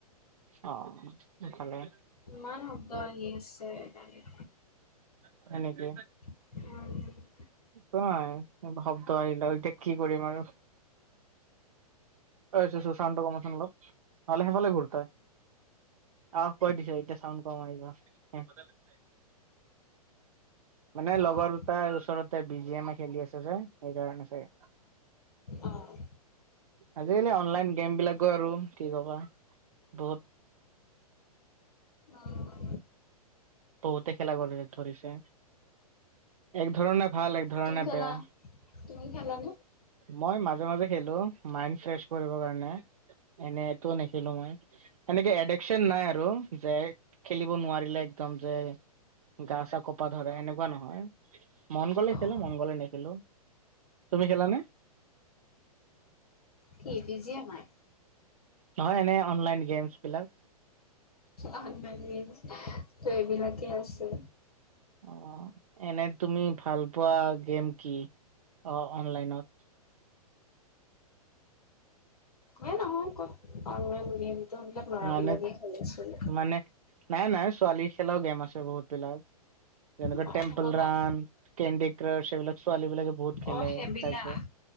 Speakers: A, on the right; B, on the left.
A: অঁ, খালে।
B: ইমান শব্দ আহি আছে গাড়ীৰ।
A: হয় নেকি?
B: উম।
A: নাই, শব্দ আহিল আৰু এতিয়া কি কৰিম আৰু! অই চুচু চাউণ্ডটো কমাচোন অলপ, নহ'লে সিফালে ঘূৰ তই। আহ কৰি দিছে, এতিয়া চাউণ্ড কম আহিব। মানে লগৰ
B: অ',
A: দুটাই ওচৰতে বি জি এম ই খেলি আছে যে, সেইকাৰণে চাগে।
B: অ',
A: আজিকালি অনলাইন গেম বিলাকো আৰু কি কবা বহুত-
B: অ',
A: বহুতে খেলা কৰে, ধৰিছে। এক ধৰণে- ভাল এক ধৰণে
B: তুমি খেলা,
A: বেয়া
B: তুমি খেলা নে?
A: মই মাজে মাজে খেলো, মাইণ্ড ফ্ৰেছ কৰিবৰ কাৰণে, এনেটো নেখেলো মই। সেনেকে এডিকচন নাই আৰু যে খেলিব নোৱাৰিলে একদম যে- গা- চা কপা ধৰে, এনেকুৱা নহয়। মন গ'লে
B: অ',
A: খেলো, মন গ'লে নেখেলো। তুমি খেলা নে?
B: কি বিজিয়েমাই?
A: নহয় এনে অনলাইন গেমছ বিলাক।
B: অনলাইন গেমছ ত' এইবিলাকে আছে।
A: অঁ, এনে তুমি ভাল পোৱা গেম কি অ- অনলাইনত?
B: এ নহয় ক'ত অনলাইন গেম- চেম বিলাক ল'ৰা
A: মানে
B: বিলাকে খেলিছিল।
A: মানে নাই, নাই ছোৱালী খেলাও গেম আছে বহুত বিলাক। যেনেকে
B: মই
A: টেম্পল
B: খেলা নাই।
A: ৰান- কেণ্ডি ক্ৰাছ সেইবিলাক ছোৱালী বিলাকে বহুত খেলে,
B: অ', সেইবিলাক
A: চাইছোঁ।